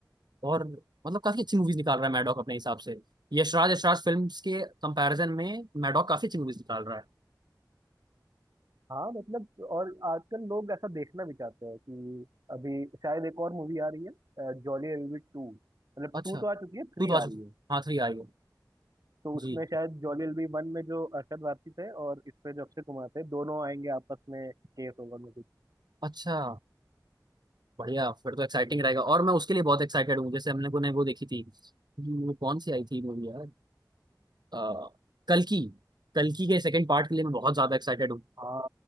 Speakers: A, on the right; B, on the right.
A: और मतलब काफी अच्छी मूवीज निकाल रहा है मैडॉक अपने हिसाब से यशराज यशराज फिल्म के कंपैरिजन में मैडॉक काफी अच्छी मूवीज निकाल रहा है
B: हाँ मतलब और आजकल लोग ऐसा देखना भी चाहते हैं कि अभी शायद एक और मूवी आ रही है जॉली एलबी टू मतलब
A: अच्छा
B: टू तो
A: तू
B: आ चुकी है थ्री
A: तो आ
B: आ
A: चुकी
B: रही है
A: हाँ थ्री आई हो
B: तो उसमें
A: जी
B: शायद जॉली एलबी वन में जो अरशद वारसी थे और इस पे जो अक्षय कुमार थे दोनों आएंगे आपस में केस होगा में कुछ
A: अच्छा बढ़िया फिर तो एक्साइटिंग
B: हम्म,
A: रहेगा और मैं उसके लिए बहुत एक्साइटेड हूँ जैसे हम लोगों ने वो देखी थी वो कौन सी आई थी मूवी यार आ, कल्कि कल्कि के सेकंड पार्ट के लिए मैं बहुत ज्यादा एक्साइटेड हूँ
B: हाँ